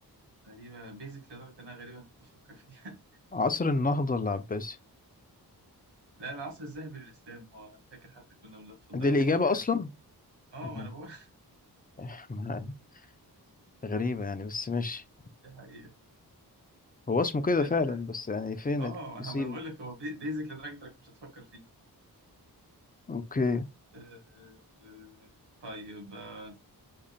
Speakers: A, on the right; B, on the left.
A: غريبة بيزك لدرجة إنها غريبة إنك تفكر فيها
B: عصر النهضة العباسي
A: <laughs> لا العصر الذهبي للإسلام هو أنا فاكر حتى كنا بناخد في الدراسات
B: دي الإجابة
A: كان
B: أصلا
A: اه
B: مم.
A: ما انا بقول
B: <laughs> غريبة يعني بس ماشي
A: <laughs> دي حقيقة
B: هو اسمه كده
A: اه
B: فعلا بس يعني فين
A: آه،
B: التفاصيل
A: ما انا بقول لك هو بي- بيزك لدرجة انك مش هتفكر فيه
B: أوكي
A: آه طيب آه،